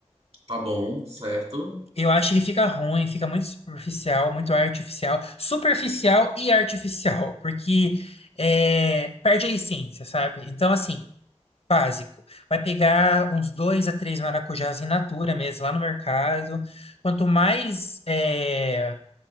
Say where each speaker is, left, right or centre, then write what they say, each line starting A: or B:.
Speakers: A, on the right; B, on the left.
A: Tá bom, certo?
B: Eu acho que fica ruim, fica muito superficial, muito artificial. Superficial e artificial, porque é, perde a essência, sabe? Então, assim. Básico. Vai pegar uns dois a três maracujás in natura mesmo, lá no mercado. Quanto mais eh,